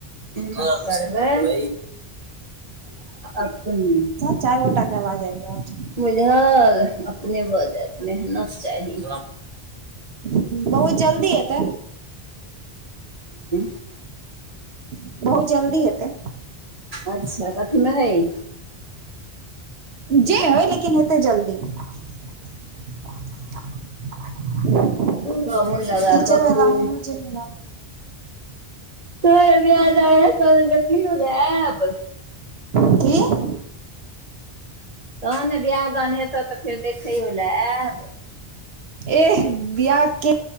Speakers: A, on the right; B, on the right.
A: पढबें अपने
B: चाइर गोटाके आवाज आइब रहल छै।
A: बुझल अपने भऽजैत मेहनत चाहि-
B: छै बहुत जल्दी एतै
A: <unintelligible> <unintelligible>
B: बहुत जल्दी हेतै।
A: अच्छा। कथीमे हइ?
B: जे होय लेकिन हेतै जल्दी। <unintelligible>
A: मोन लगा
B: टीचर
A: कऽ
B: वाला
A: खूब
B: मे होय जे बला मे <unintelligible>
A: <unintelligible>
B: की?
A: तहन ने बियाह दान हेतऽतऽ फेर देखैयोलै ऐब।
B: एह बिआ के